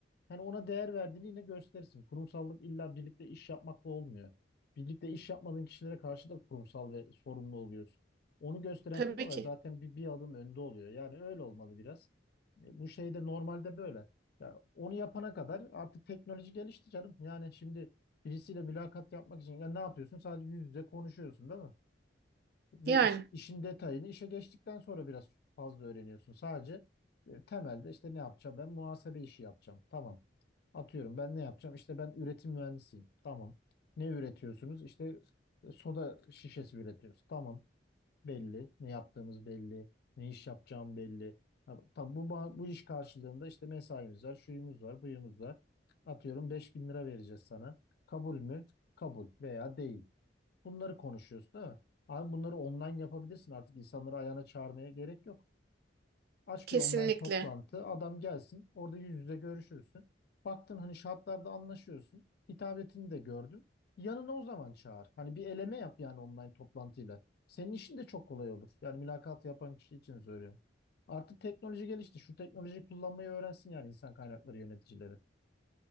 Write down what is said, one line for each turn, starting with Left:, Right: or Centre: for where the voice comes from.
Left: hani ona değer verdiğini yine gösterirsin. Kurumsallık illa birlikte iş yapmakla olmuyor. Birlikte iş yapmadığın kişilere karşı da kurumsal ve sorumlu oluyorsun. Onu gösteren
Right: tabii
Left: firmalar
Right: ki.
Left: zaten bir, bir adım önde oluyor. Yani öyle olmalı biraz. E, Bu şey de normalde böyle. Ya onu yapana kadar artık teknoloji gelişti canım. Yani şimdi birisiyle mülakat yapmak için ya ne yapıyorsun? Sadece yüz yüze konuşuyorsun değil mi? Ve
Right: Yani,
Left: iş- işin detayını işe geçtikten sonra biraz fazla öğreniyorsun. Sadece e, temelde işte ne yapacağım? Ben muhasebe işi yapacağım. Tamam. Atıyorum ben ne yapacağım? İşte ben üretim mühendisiyim. Tamam. Ne üretiyorsunuz? İşte e, soda şişesi üretiyoruz. Tamam. Belli. Ne yaptığımız belli. Ne iş yapacağım belli. Ha, Tamam bu, ba- bu iş karşılığında işte mesaimiz var, şuyumuz var, buyumuz var. Atıyorum 5000 lira vereceğiz sana. Kabul mü? Kabul veya değil. Bunları konuşuyoruz değil mi? Abi bunları online yapabilirsin artık insanları ayağına çağırmaya gerek yok. Aç
Right: kesinlikle.
Left: bir online toplantı adam gelsin orada yüz yüze görüşürsün. Baktın hani şartlarda anlaşıyorsun. Hitabetini de gördün. Yanına o zaman çağır. Hani bir eleme yap yani online toplantıyla. Senin işin de çok kolay olur. Yani mülakat yapan kişi için söylüyorum. Artık teknoloji gelişti. Şu teknolojiyi kullanmayı öğrensin yani insan kaynakları yöneticileri.